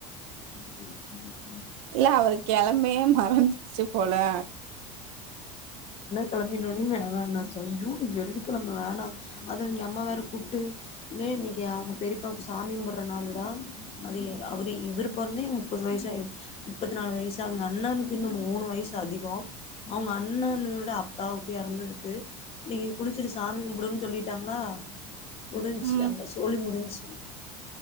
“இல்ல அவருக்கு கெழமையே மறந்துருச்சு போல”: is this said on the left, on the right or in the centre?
Right